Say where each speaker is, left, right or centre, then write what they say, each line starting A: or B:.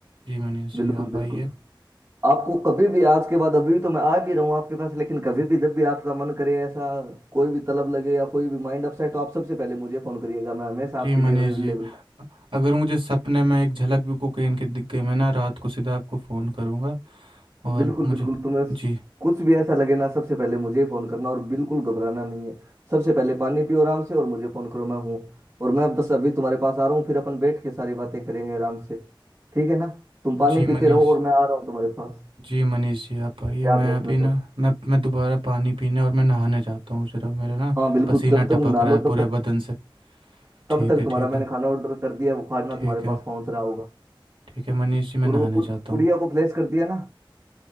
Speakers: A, on the right; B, on the right.
A: जी मनीष
B: बिल्कुल
A: जी आप
B: बिल्कुल
A: आइए
B: आपको कभी भी आज के बाद अभी तो मैं आ भी रहा हूँ आपके पास लेकिन कभी भी जब भी आपका मन करे ऐसा कोई भी तलब लगे या कोई भी माइंड अपसेट हो आप सबसे पहले मुझे फोन करिएगा मैं हमेशा आपके
A: जी मनीष
B: लिए अवेलेबल
A: जी अ- अगर मुझे सपने में एक झलक भी कोकीन की दिख गई मैं ना रात को सीधा आपको फ़ोन करूंगा और
B: बिल्कुल
A: मुझे
B: बिल्कुल तुम्हें स-
A: जी
B: कुछ भी ऐसा लगे ना सबसे पहले मुझे ही फोन करना और बिल्कुल घबराना नहीं है सबसे पहले पानी पियो आराम से और मुझे फोन करो मैं हूँ और मैं बस अभी तुम्हारे पास आ रहा हूँ फिर अपन बैठ के सारी बातें करेंगे आराम से ठीक है ना तुम पानी
A: जी
B: पीते
A: मनीष
B: रहो और मैं आ रहा हूँ तुम्हारे पास
A: जी मनीष जी आप आइए
B: याद
A: मैं
B: रखना
A: अभी
B: तुम
A: ना मैं मैं दोबारा पानी पीने और मैं नहाने जाता हूँ ज़रा मेरे ना
B: हाँ बिल्कुल
A: पसीना
B: जब तक तुम
A: टपक
B: ना
A: रहा
B: लो
A: है
B: तब
A: पूरे
B: तक
A: बदन से
B: तब
A: ठीक
B: तक
A: है
B: तुम्हारा
A: ठीक
B: मैंने
A: है
B: खाना ऑर्डर कर दिया है, वो खाना
A: ठीक
B: तुम्हारे
A: है
B: पास पहुंच रहा होगा
A: ठीक है मनीष जी मैं
B: और
A: नहाने
B: वो पुड़-
A: जाता
B: पुड़िया
A: हूँ
B: को फ्लैश कर दिया ना